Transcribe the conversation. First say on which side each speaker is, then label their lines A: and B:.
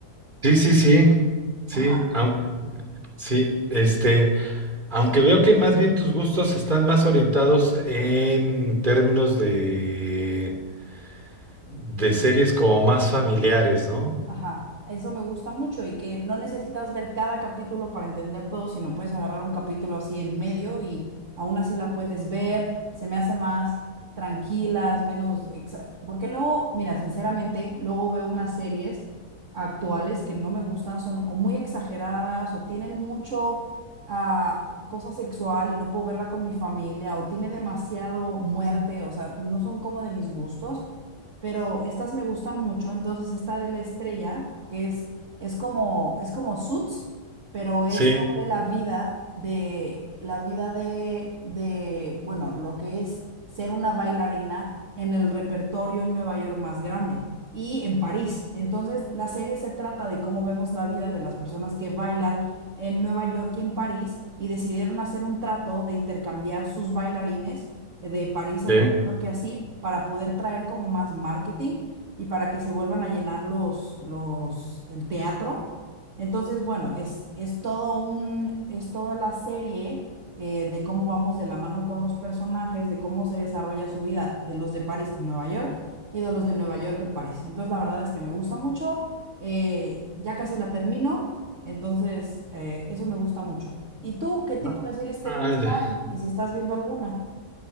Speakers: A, on the right; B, on the right.
A: Sí, sí, sí. Sí,
B: Ajá.
A: aun- sí, este, aunque veo que más bien tus gustos están más orientados en términos de, de series como más familiares, ¿no?
B: Ajá, eso me gusta mucho y que no necesitas ver cada capítulo para entender todo, sino puedes agarrar un capítulo así en medio y aún así la puedes ver, se me hace más tranquilas, menos... exa- Porque luego, mira, sinceramente, luego veo unas series actuales que no me gustan, son o muy exageradas o tienen mucho ah, cosa sexual y no puedo verla con mi familia o tiene demasiado muerte, o sea, no son como de mis gustos pero estas me gustan mucho. Entonces, esta de la estrella, que es, es como, es como Suits, pero es
A: Sí,
B: sobre la vida de, la vida de, de, bueno, lo que es ser una bailarina en el repertorio en Nueva York más grande y en París. Entonces, la serie se trata de cómo vemos la vida de las personas que bailan en Nueva York y en París y decidieron hacer un trato de intercambiar sus bailarines de París a
A: sí.
B: Nueva York y así, para poder traer como más marketing y para que se vuelvan a llenar los, los, el teatro. Entonces, bueno, es, es todo un, es toda la serie eh, de cómo vamos de la mano con los personajes, de cómo se desarrolla su vida de los de París en Nueva York y de los de Nueva York en París. Entonces, la verdad es que me gusta mucho. eh, ya casi la termino, entonces eh, eso me gusta mucho. ¿Y tú qué tipo
A: Ah,
B: de series te
A: ah,
B: gusta
A: ya.
B: y si estás viendo alguna?